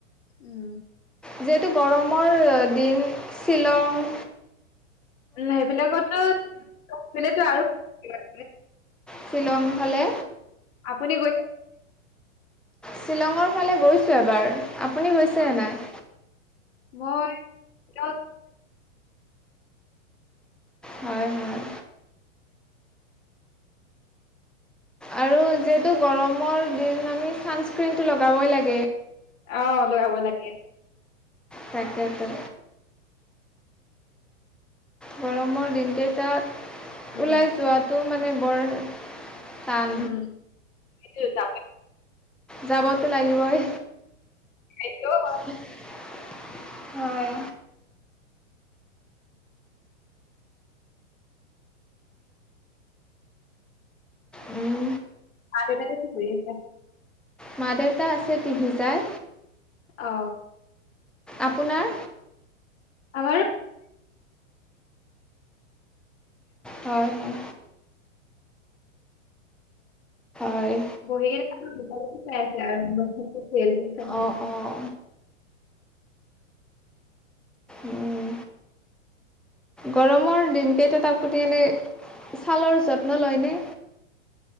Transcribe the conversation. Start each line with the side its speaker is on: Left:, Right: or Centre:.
Left: উম।
Centre: যিহেতু গৰমৰ দিন শ্বিলং
Left: সেইবিলাকতো সেইপিনেটো আৰু
Centre: শ্বিলং ফালে।
Left: আপুনি গৈছে
Centre: শ্বিলঙৰ ফালে গৈছোঁ এবাৰ। আপুনি গৈছেনে
Left: অ,
Centre: নাই।
Left: মই তেওঁ-
Centre: হয় হয় আৰু যিহেতু গৰমৰ দিন আমি চানস্ক্ৰনটো লগাবই লাগ
Left: অহ লগাব লাগে
Centre: তাকেটো গৰমৰ দিন কেইটাত
Left: উম
Centre: ওলাই যোৱাটো মানে বৰ টান
Left: উম সেইটোৱে
Centre: যাবতো লাগিবই
Left: পাৰিলেও
Centre: <unintelligible> হয় উম
Left: হে তাতে কি কৰি আছা
Centre: মা দেউতা আছে টিভি চাই
Left: অ
Centre: আপোনাৰ
Left: আমাৰো
Centre: হয়-হয়। হয়
Left: বহি গেইটা <unintelligible> াই আছে আৰ্ভ <unintelligible> স চ
Centre: অঁ
Left: <unintelligible>
Centre: অঁ উম, গৰমৰ দিন কেইটাত তা পুতি এনেই ছালৰ যত্ন লয়নে?